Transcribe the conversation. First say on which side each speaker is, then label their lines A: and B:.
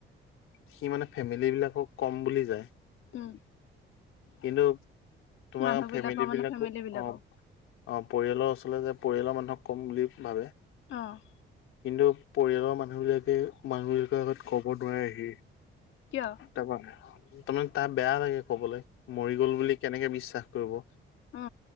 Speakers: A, on the left; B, on the left.
A: সি মানে ফেমিলি বিলাকক কম বুলি যায়
B: উম,
A: কিন্তু তোমাৰ
B: মানুহ বিলাকৰ
A: ফেমিলী
B: মানে
A: বিলাকো
B: ফেমিলি
A: অ'।
B: বিলাকক
A: অ', পৰিয়ালৰ ওচৰলৈ যে পৰিয়ালৰ মানুহক কম বুলি ভাবে।
B: অ'।
A: কিন্তু পৰিয়ালৰ মানুহবিলাকে মানুহবিলাকৰ আগত ক'ব নোৱাৰেহি।
B: কিয়?
A: তাৰমানে তাৰ বেয়া লাগে কবলৈ মৰি গ'ল বুলি কেনেকে বিশ্বাস কৰিব।
B: উ